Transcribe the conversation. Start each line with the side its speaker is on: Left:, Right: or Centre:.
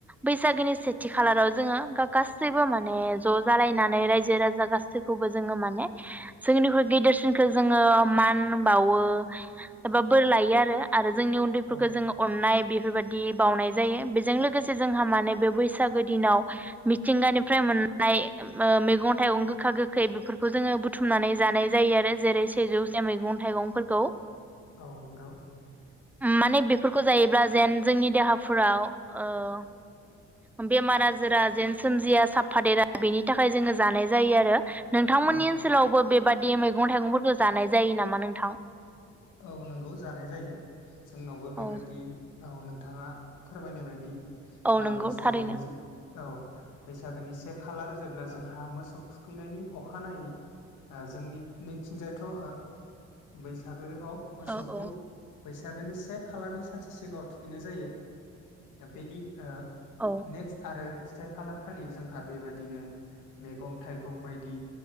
Centre: बैसागोनि सेथि खालाराव जोङो गासैबो माने ज' जालायनानै रायजो राजा गासैखौबो जोङो माने जोंनिख्रुइ गेदेरसिनखौ जोङो मान बावो बो एबा बोर लायो आरो जोंनि उन्दैफोरखौ
Left: औ
Centre: जोङो अननाय बि बेफोरबायदि बावनाय जायो बेजों लोगोसे जोंहा माने बे बैसागो दिनाव मिथिंगानिफ्राय मोननाय ओ मैगं थाइगं गोखा गोखै बेफोरखौ जोङो बुथुमनानै जानाय जायो, आरो जेरै सेजौसे मैगं थाइगं खौ
Left: औ नोंगौ
Centre: माने बेफोरखौ जायोब्ला जेन जोंनि देहाफोराव ओ बेमार आजारा जेन सोमजिया साबफादेरा बेनि थाखाय जोङो जानाय जायो आरो नोंथांमोननि
Left: औ
Centre: ओनसोलावबो बेबाद दे मैगं थाइगंफोरखौ जानाय जायो नामा नोंथां?
Left: औ नंगौ जानाय जायो जोंनावबो बेबादि,
Centre: औ
Left: औ नोंथाङा फोरमायनाय बायदि,
Centre: औ
Left: ओ
Centre: नंगौ
Left: बैसागोनि
Centre: थारैनो
Left: जो औ बैसागोनि से खालार जेब्ला, जोंहा मोसौ थुखैनायनि अखानायै ओ जोंनि नैथिंजायथ' ओ बैसाग गोरोआव मोसौखौ,
Centre: औ औ
Left: बैसागोनि से खालारनि सानसे सिगाङाव थुखैनाय जायो दा बेनि, ओ
Centre: औ
Left: नेक्स्ट आरो से खालारखा खालि जोंहा बेबायदिनो मेगं थाइगं बायदि